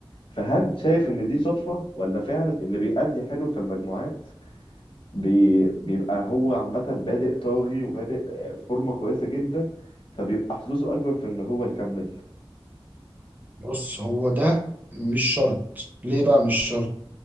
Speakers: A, on the left (about 65°); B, on the right (about 20°).
A: فهل شايف ان دي صدفة ولا فعلا اللي بيأدي حلو في المجموعات بي بيبقى هو عامة بادئ طاغي وبادئ آه، فورمة كويسة جدا فبيبقى حظوظه اكبر في ان هو يكمل
B: بص هو ده مش شرط ليه بقى مش شرط